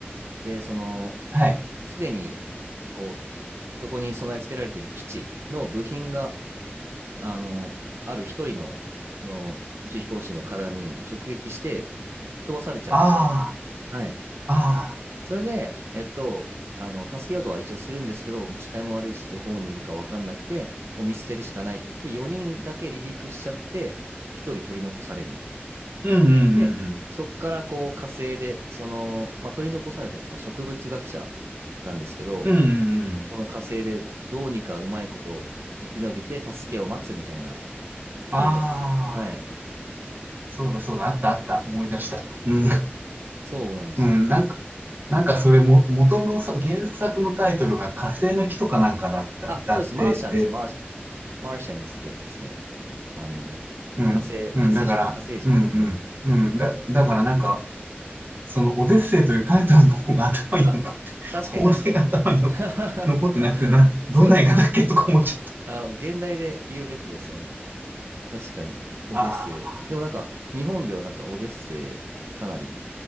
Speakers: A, on the right (about 85°); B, on the right (about 50°).
A: で、その、
B: はい。
A: すでに、こう、そこに備え付けられている基地の部品が、あの、ある一人の、その、宇宙飛行士の体に直撃して、吹っ飛ばされちゃうんですよね。
B: あ
A: はい。
B: あ、ああ、
A: それで、えっと、あの、助けようとは一応するんですけど、もう視界も悪いし、どこにいるか分かんなくて、もう見捨てるしかないって言って、4人だけ離陸しちゃって、1人取り残されるみたいな。
B: うんうんうんうん。
A: で、そっからこう火星で、その、まあ、取り残された人は植物学者なんですけど、
B: うんうんうん。
A: その火星でどうにかうまいこと生き延びて助けを待つみたいな
B: ああ、
A: 映画でした。はい。
B: そうだそうだ、あったあった、思い出した。うん、
A: そうなんですよ。
B: うん、なんか、なんかそれも、元のさ、原作のタイトルが火星の人かなんかだった、
A: あ、
B: だって、
A: そうです。マーシャンです。マーシ、マーシャンズってやつですね。あの、
B: うん、
A: 火星、
B: うん、
A: 火星、
B: だから、
A: 火星人。
B: うん、
A: うん
B: うん、うん、だ、だからなんか、そのオデッセイというタイトルの方が頭に残って、
A: あ、確かに確かに。
B: 放題が頭に残、
A: <laughs>
B: 残ってなくてな、どんな映画だっけとか思っちゃった。
A: そうですよね。あの、現代で言うべきですよね。確かに。オデッセイ。
B: あ
A: でもなんか、日本ではなんかオデッセイ、かなり、